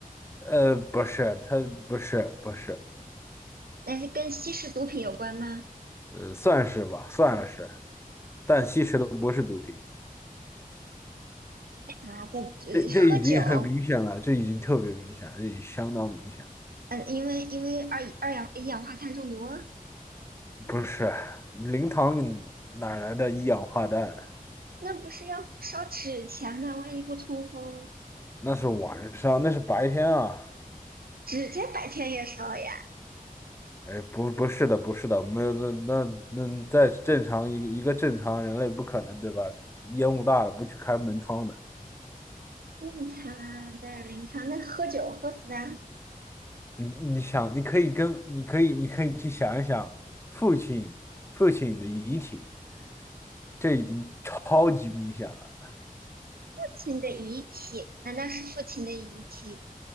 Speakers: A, on the left; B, on the right.
A: 呃，不是，他不是不是，
B: 那是跟吸食毒品有关吗？
A: 呃，算是吧，算是，但吸食的不是毒品。
B: 啊，在呃喝酒，
A: 这这已经很明显了，这已经特别明显了，这已经相当明显了。
B: 嗯、因为因为二二氧一氧化碳中毒，
A: 不是，灵堂哪来的一氧化氮？
B: 那不是要烧纸钱吗？万一不通风，
A: 那是晚上，那是白天啊。
B: 指甲白天也烧呀。
A: 哎，不，不是的，不是的，没有，那那那在正常一个一个正常人类不可能，对吧？烟雾大了不去开门窗的。
B: 那他在灵堂，那喝酒喝死的，父
A: 你你想，你可以跟你可以你可以去想一想父亲父亲的遗体，这已经超级明显了。
B: 亲的遗体，难道是父亲的遗体